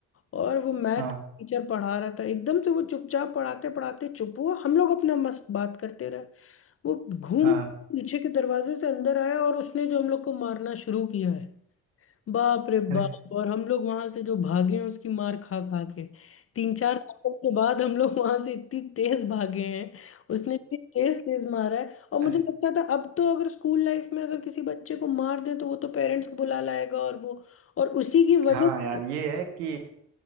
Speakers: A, on the left; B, on the right.
A: और वो मैथ
B: हाँ
A: टीचर पढ़ा रहा था एकदम से वो चुपचाप पढ़ाते पढ़ाते चुप हुआ हम लोग अपना मस्त बात करते रहे वो घूम
B: हाँ
A: के पीछे के दरवाजे से अंदर आया और उसने जो हम लोग को मारना शुरू किया है बाप रे
B: अरे
A: बाप और हम लोग वहां से जो भागे हैं उसकी मार खा खा के तीन चार थप्पड़ के बाद हम लोग वहां से इतनी तेज भागे हैं उसने इतनी तेज तेज मारा है और
B: अरे
A: मुझे लगता था अब तो अगर स्कूल लाइफ में अगर किसी बच्चे को मार दे तो वो तो पेरेंट्स को बुला लाएगा और वो और उसी की वजह
B: हाँ यार
A: से
B: ये है कि